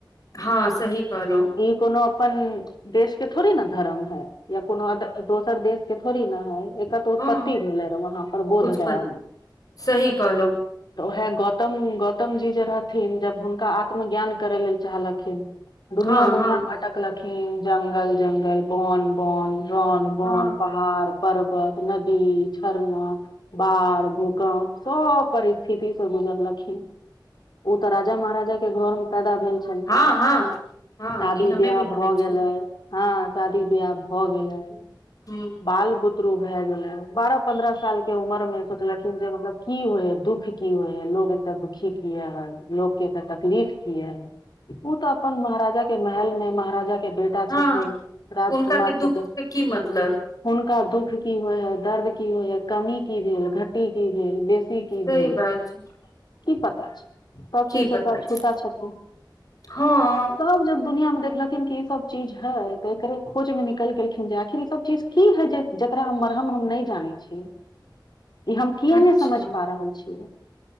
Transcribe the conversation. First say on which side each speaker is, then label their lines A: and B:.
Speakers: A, on the left (about 50°); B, on the left (about 65°).
A: हँ सही कहल‌ऊ
B: ई कोनो अप देश के थोड़ी ने धर्म है या कोनो दोसर देश के थोड़ी न है एक त उत्पति
A: हँ
B: भेले रह वहाँ पर बोधगया
A: उत्पत
B: मे
A: सही कहलहु
B: तऽ उएह गौतम गौतम जी जे रहथिन जब हुनका आत्म ज्ञा करै लेल चाहलखिन दुनिया
A: हँ
B: दुनिया
A: हँ हँ
B: भटकलखि जंगल जंगल बन बन रन
A: हँ
B: बन पहाड पर्बत नदी झरन बाढ़ भूकम्प सभ परिस्थिति सँ गुजरलखि ओ तऽ राजा महाराजा के घर मे पैदा भे छलखिन
A: हँ हँ हँ
B: शादी
A: ई हमे
B: बियाह
A: भी जानै
B: भ
A: छियै
B: गेल हँ शादी बियाह भए गेल अय
A: ह
B: बाल ब शुरू भाए गेले है बारह पंन्द्रह साल क के उमर मे सोचलखिन जे मतलब की होइ है दुःख की होइ है लोग एते दुखी किया है लो के तऽ तकलीफ कि है ओ तऽ अपन महाराजा के महलमे महाराजा क के बेटा
A: ह हँ
B: छथिन राजकुमार
A: हुनका के दुःख
B: छथि
A: से की मतलब
B: हुनका दुःख की होइ है, दर्द कि होइ है कमी कि भेल घटी कि भेल बेसी। की
A: सही
B: भेल?
A: बात छै
B: की पता। सभ
A: की
B: चीज
A: पता
B: तऽ
A: छै
B: छूता छथिन
A: हँ
B: तब जब दुनियामे देखल। ई, सभ चीज है। तऽ एकरे खोज मेमे निकल गेलखिन जे आखिर ई, सभ चीज की है जे। जकरा हम मरहम हम ने जाने छीये। ई, हम किए
A: अच्छा
B: नहि समझ पा रहल छियै।